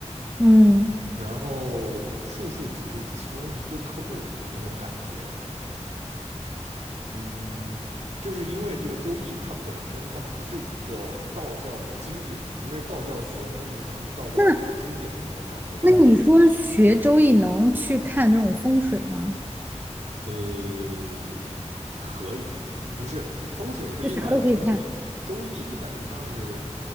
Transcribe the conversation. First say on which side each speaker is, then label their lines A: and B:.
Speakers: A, on the right; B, on the right.
A: 嗯，
B: 然后术数只是其中一个科目的那种感觉，嗯。就是因为这个《周易》，它本身它不是一个道教的经典，因为道教学的东西是他们道教的一些经典的那种感觉嘛。
A: 那那你说学周易能去看那种风水吗？
B: 呃，可以，不是风水是另外的东西，
A: 就啥都可以看
B: 周易就感觉像是，